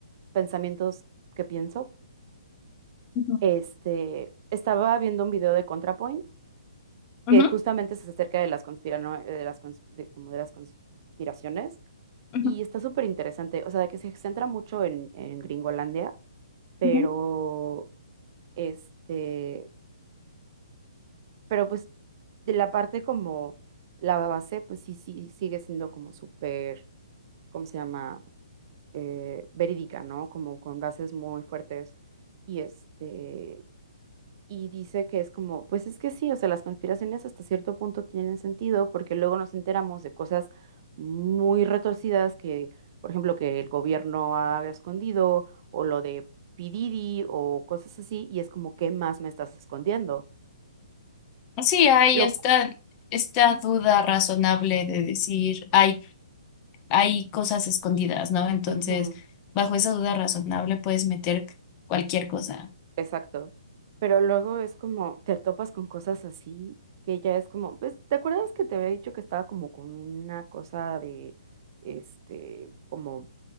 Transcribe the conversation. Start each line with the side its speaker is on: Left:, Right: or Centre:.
Right: pensamientos que pienso.
Left: Ujú,
Right: Este, estaba viendo un video de ContraPoint que
Left: ujú,
Right: justamente se acerca de las conspirano- de las cons- de, como de las conspiraciones
Left: ujú,
Right: y está súper interesante, o sea, de que se centra mucho en, en Gringolandia, pero
Left: ujú.
Right: este Pero pues de la parte como la base, pues sí, sí, sigue siendo como súper, ¿cómo se llama? Eh, verídica, ¿no? Como con bases muy fuertes. Y este, y dice que es como, pues es que sí, o sea, las conspiraciones hasta cierto punto tienen sentido porque luego nos enteramos de cosas muy retorcidas que, por ejemplo, que el gobierno ha escondido o lo de P. Diddy o cosas así, y es como, ¿qué más me estás escondiendo?
Left: Sí, hay
Right: Lo,
Left: esta, esta duda razonable de decir, hay hay cosas escondidas, ¿no? Entonces,
Right: Ujú.
Left: bajo esa duda razonable puedes meter cualquier cosa.
Right: Exacto. Pero luego es como, te topas con cosas así, que ya es como, pues, ¿te acuerdas que te había dicho que estaba como con una cosa de, este, como